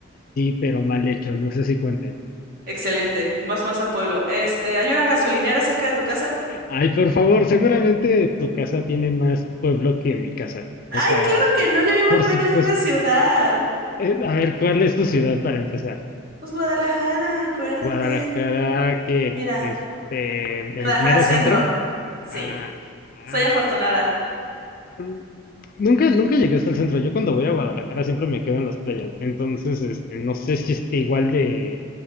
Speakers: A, on the left; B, on the right.
A: sí, pero mal hechos, no sé si cuenten.
B: Excelente, más más a pueblo. Este, ¿hay una gasolinera cerca de tu casa?
A: Ay, por favor, seguramente tu casa tiene más pueblo que mi casa,
B: Ay,
A: o sea,
B: claro que no, yo vivo
A: por
B: en medio
A: supuesto.
B: de una ciudad.
A: Eh, a ver, ¿cuál es tu ciudad para empezar?
B: Pues Guadalajara, acuérdate.
A: Guadalajara, que,
B: Mira,
A: este, el
B: Guadalajara
A: mero
B: Centro.
A: centro.
B: Sí.
A: Ah, ah,
B: Soy afortunada.
A: mm, Nunca, nunca llegué hasta el centro. Yo cuando voy a Guadalajara siempre me quedo en las playas. Entonces, este, no sé si esté igual de